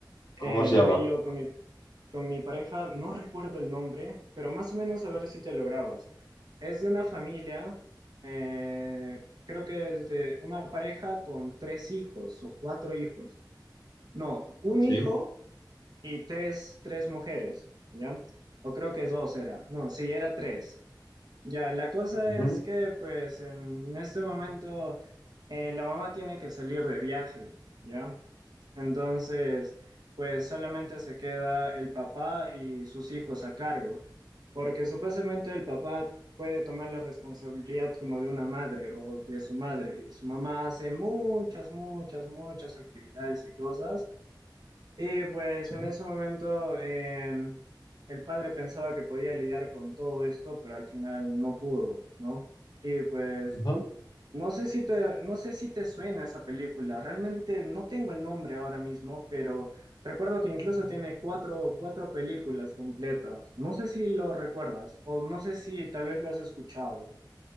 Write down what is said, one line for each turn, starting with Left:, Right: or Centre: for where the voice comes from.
Right: Eh,
Left: ¿Cómo se
Right: lo
Left: llama?
Right: vi yo con mi, con mi pareja, no recuerdo el nombre, pero más o menos a ver si te lo grabas. Es de una familia, eh, creo que es de una pareja con tres hijos o cuatro hijos. No, un
Left: Sí.
Right: hijo y tres, tres mujeres, ¿ya? O creo que dos era, no, sí, era tres. Ya, la cosa
Left: Ujú,
Right: es que pues en, en este momento eh, la mamá tiene que salir de viaje, ¿ya? Entonces, pues solamente se queda el papá y sus hijos a cargo, porque supuestamente el papá puede tomar la responsabilidad como de una madre o de su madre, y su mamá hace muchas, muchas, muchas actividades y cosas y pues
Left: sí,
Right: en ese momento em, el padre pensaba que podía lidiar con todo esto, pero al final no pudo, ¿no? Y pues
Left: ujú.
Right: no sé si te, no sé si te suena esa película, realmente no tengo el nombre ahora mismo, pero recuerdo que incluso tiene cuatro, cuatro películas completas. No sé si lo recuerdas o no sé si tal vez lo has escuchado.